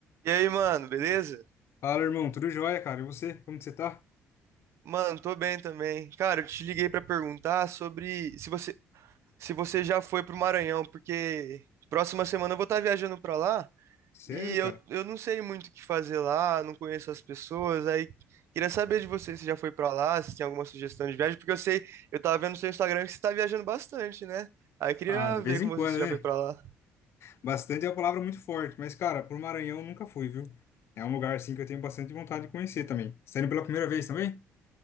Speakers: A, on the right; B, on the left.
A: E aí, mano, beleza?
B: Fala, irmão, tudo jóia, cara? E você? Como que você tá?
A: Mano, tô bem também. Cara, eu te liguei pra perguntar sobre se você, se você já foi pro Maranhão, porque próxima semana eu vou estar viajando pra lá
B: Sério,
A: e eu,
B: cara?
A: eu não sei muito o que fazer lá, não conheço as pessoas. Aí queria saber de você se já foi pra lá, se tem alguma sugestão de viagem, porque eu sei, eu tava vendo no seu Instagram que você tá viajando bastante, né? Aí eu queria
B: Ah, de
A: ver
B: vez em
A: com você
B: quando,
A: se já
B: né?
A: foi pra lá.
B: Bastante é uma palavra muito forte, mas, cara, pro Maranhão eu nunca fui, viu? É um lugar, assim, que eu tenho bastante vontade de conhecer também. Você tá indo pela primeira vez também?